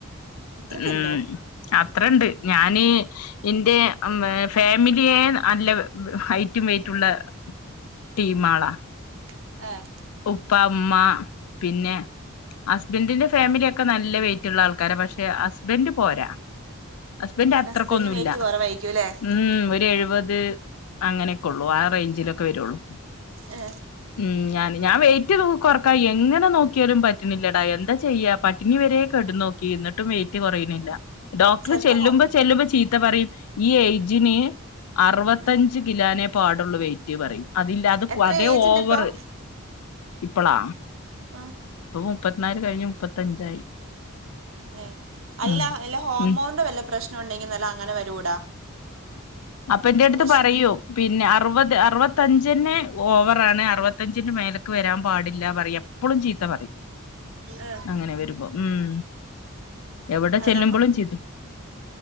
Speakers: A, on the right (about 65°); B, on the left (about 90°).
A: ഇത്രയ്ക്ക്
B: ഉം
A: ഉണ്ടോ
B: അ അത്രണ്ട് ഞാന് എന്റെ ഫാമിലിയെ അല് ഹൈറ്റും വെയ്റ്റും <unintelligible> ടീമളാ
A: <inaudible>
B: ഉപ്പ അമ്മ പിന്നെ ഹസ്ബൻ്റിന്റെ ഫാമിലിയൊക്കെ നല്ല വെയിറ്റുള്ള ആൾക്കാര പക്ഷെ ഹസ്ബൻഡ് പോരാ ഹസ്ബൻഡ് അത്രക്കൊന്നുല്ല
A: ഹസ്ബൻഡിന് വെയിറ്റ് കുറവായിരിക്കും അല്ലേ
B: ഉം
A: ഇങ്ങോട്ട് ഇങ്ങോട്ട്
B: ഒരു എഴുവത് അങ്ങനെയൊക്കൊള്ളു ആ റേഞ്ചിലൊക്കെ വരൊള്ളു.
A: ഏ
B: ഉം ഞാൻ ഞാൻ വെയിറ്റ് <unintelligible> കൊറക്കാൻ യെങ്ങനെ നോക്കിയാലും പറ്റ് പറ്റിന്നില്ലടാ എന്താ ചെയ്യാ പട്ടിണി വരെ കെടന്ന് നോക്കി എന്നിട്ടും വെയിറ്റ് കുറയണില്ല ഡോക്ടർ
A: ചിലപ്പോൾ
B: ചെല്ലുമ്പോ
A: ഹോ
B: ചെല്ലുമ്പോ ചീത്ത പറയും ഈ ഏജിന് അറുപത്തഞ്ച്
A: ഏ
B: കിലോനെ പാടുള്ള വെയിറ്റ് പറയും അതില്ല അത്
A: എത്ര
B: അതേ
A: ഏജ്
B: ഓവറ്
A: ഉണ്ട് ഇപ്പോൾ
B: ഇപ്പളാ
A: ആ
B: ഇപ്പൊ മുപ്പത്തിനാല് കഴിഞ്ഞ് മുപ്പത്തഞ്ചായി
A: ഏ അല്ല
B: ഉം
A: അല്ല ഹോർമോണന്റെ
B: ഉം
A: വല്ല പ്രശ്ന ഉണ്ടെങ്കി നല്ല അങ്ങനെ വരൂടാ.
B: അപ്പന്റെ അടുത്ത്
A: നമ്മൾ
B: പറയൂ പിന്നെ അറുപത് അറുപത്തഞ്ചിന് ഓവറാണ് അറുപത്തഞ്ച്. ന്റെ മേലേക്ക് വരാൻ പാടില്ല പറയും എപ്പോഴും ചീത്ത പറയും
A: ഏഹ്
B: അങ്ങനെ വരുമ്പോ ഉം എവിടെ
A: അത്
B: ചെല്ലുമ്പോളും
A: നമ്മ
B: ചിത <inaudible>